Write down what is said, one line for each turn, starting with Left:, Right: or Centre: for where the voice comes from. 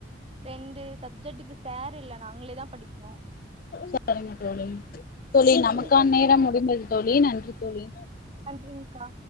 Right: ரெண்டு சப்ஜெக்ட்டுக்கு சார் இல்ல நாங்களே தா படிக்கணு
Left: செரிங்க தோழி தோழி நமக்கான்
Right: எங்க செட்டு
Left: நேரோ
Right: தா
Left: முடிந்தது தோழி நன்றி தோழி
Right: நன்றிங்க்கா